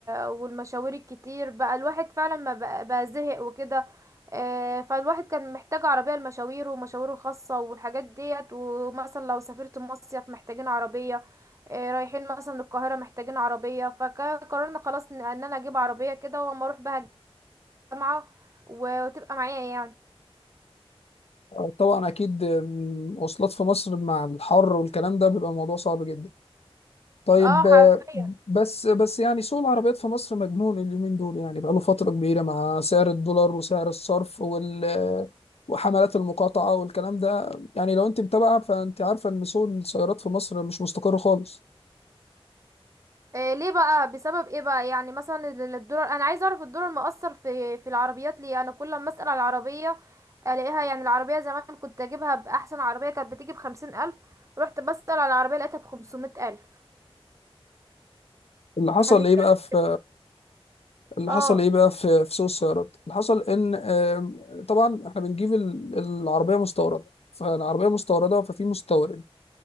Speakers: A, on the right; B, on the left.
A: والمشاوير الكتير بقى الواحد فعلا ما بقى, بقى زهق وكده آه، فالواحد كان محتاج عربية لمشاويره ومشاويره الخاصة والحاجات ديت ومثلا لو سافرت مصيف محتاجين عربية آه، رايحين مثلا القاهرة محتاجين عربية فقررنا خلاص ان ان انا اجيب عربية كده واما اروح بها الجامعة وتبقى معايا يعني
B: آه طبعا اكيد آه، مواصلات في مصر مع الحر والكلام ده بيبقى الموضوع صعب جدا طيب
A: اه حرفيا
B: آه، بس بس يعني سوق العربيات في مصر مجنون اليومين دول يعني بقاله فترة كبيرة مع سعر الدولار وسعر الصرف وال وحملات المقاطعة والكلام ده يعني لو انت متابعة فانت عارفة ان سوق السيارات في مصر مش مستقر خالص
A: إيه ليه بقى بسبب ايه بقى يعني مثلا ال- الدولار انا عايزه اعرف الدولار مؤثر في في العربيات ليه انا كل ما اسال على العربيه الاقيها يعني العربيه زمان كنت اجيبها باحسن عربيه كانت بتيجي بخمسين الف رحت بسال على العربيه لقيتها بخمسمائة الف
B: اللي حصل
A: احنا بنتكلم
B: ايه بقى في اللي
A: اه
B: حصل ايه بقى في في سوق السيارات اللي حصل ان آه، طبعا احنا بنجيب ال- العربية مستوردة فالعربية مستوردة ففي مستورد